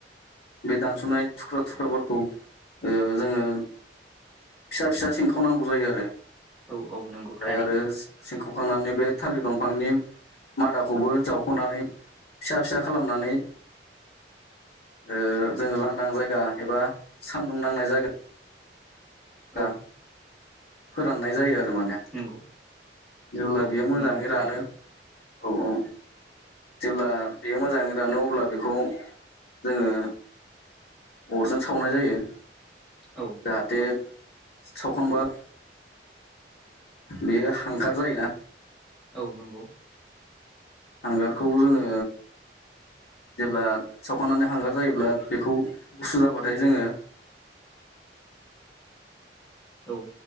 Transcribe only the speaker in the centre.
औ औ नंगौ थारैनो
औ
नंगौ
औ
नंगौ
थारैनो
औ
औ
औ नंगौ।
औ